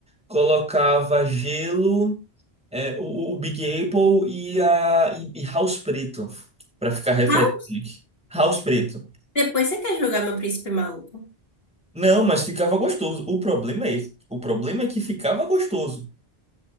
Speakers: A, in the centre; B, on the left.
A: colocava gelo, é, o, o Big Apple e, a, e, e House Preto, pra ficar refrescante.
B: Ah,
A: House Preto.
B: depois você quer jogar meu príncipe maluco?
A: Não, mas ficava gostoso. O problema é esse. O problema é que ficava gostoso.